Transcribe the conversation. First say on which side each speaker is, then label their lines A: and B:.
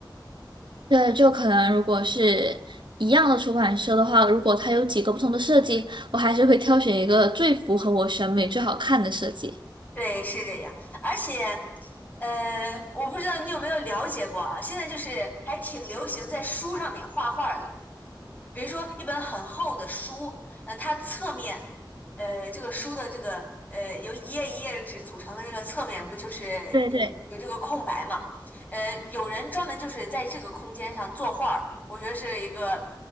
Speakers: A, on the right; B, on the left.
A: 对，就可能如果是一样的出版社的话，如果它有几个不同的设计，我还是会挑选一个最符合我审美、最好看的设计。
B: 对，是这样，而且。呃，我不知道你有没有了解过啊？现在就是还挺流行在书上面画画的。比如说一本很厚的书，呃，它侧面，呃，这个书的这个呃由一页一页的纸组成的这个侧面，不就是有有这个空白嘛？
A: 对对。
B: 呃，有人专门就是在这个空间上作画儿，我觉得是一个